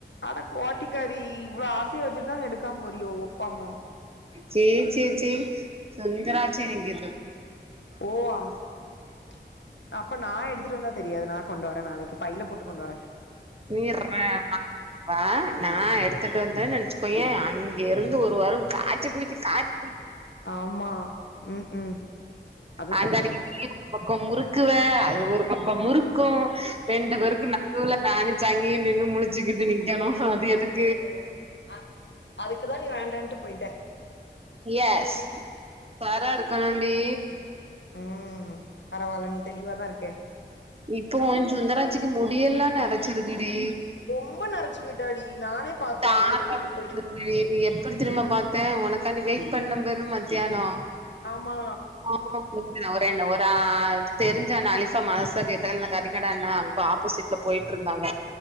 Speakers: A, on the left; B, on the right.
A: அட கோட்டிக்காரி இவ்ளோ ஆசைய வச்சுட்டுதான் எடுக்காம போறியோ ஒப்பாம.
B: சி சி சி சுந்தராச்சி என்ங்கிது.
A: <inaudible> அப்ப நா எடுத்துட்டு வந்தா தெரியாது நா கொண்டு வரேன் நாளைக்கு பையில போட்டு கொண்டுவரேன்.
B: நீர்ற வ நா எடுத்துட்டு வந்தேன்னு வச்சுக்கோயை அங்க இருந்து ஒரு வாரம் காச்சு பூச்சு காச்.
A: ஆமா ம் ம் அதுவு
B: அந்தனைக்கு
A: கரெக்ட் தா
B: நீ ஒர் பக்கம் முறுக்குவ அது ஒரு பக்கம் முறுக்கும். ரெண்டு பேருக்கும் நடுவுல நானு சங்கி நின்னு முழிச்சுக்கிட்டு நிக்கணும் அது எதுக்.
A: ஓ அ அதுக்குதான் நீ வேண்டான்ட்டு போயிட்ட
B: எ ஸ் உஷாரா இருக்கணுண்டி.
A: ம் பரவாயில நீ தெளிவாதான் இருக்க.
B: இப்போ ஒ சுந்தராட்சிக்கு முடியெல்லாம் நெரச்சிருக்குடி.
A: ரொம்ப நரச்சு போயிட்டாடி நானே பாத்தேன்
B: தாத்தா
A: எதுக்கு இப்டி போயிட்.
B: <inaudible> எப்டி தெரியும்மா பாத்தே உனக்காண்டி வெயிட் பண்ணபாரு மத்தியானோ
A: ஆமா
B: ஆமா <unintelligible> ஒரே தெரிஞ்ச நாளே சோ மதர்சாக்கு எதித்தாப்ல இந்த கறிகட அண்ணா அப் ஆப்போசிட்ல போயிட்ருந்தாங்க